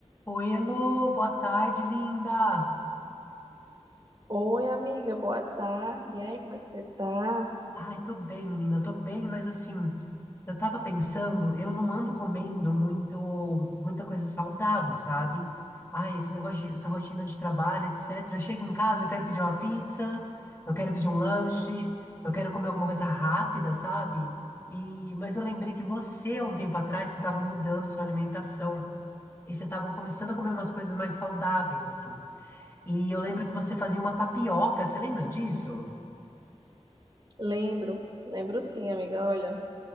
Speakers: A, on the left (about 20°); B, on the right (about 40°).
A: Oi, Elô, boa tarde, linda.
B: Oi, amiga, boa tarde. E aí, como é que você tá?
A: Ai, tô bem, menina, tô bem, mas assim, eu tava pensando, eu não ando comendo muito, muita coisa saudável, sabe? Ai, esse negócio de, essa rotina de trabalho, etc. Eu chego em casa, eu quero pedir uma pizza, eu quero pedir um lanche, eu quero comer alguma coisa rápida, sabe? E, mas eu lembrei que você, há um tempo atrás, você tava mudando sua alimentação e você tava começando a comer umas coisas mais saudáveis, assim. E eu lembro que você fazia uma tapioca, você lembra disso?
B: Lembro, lembro sim, amiga. Olha,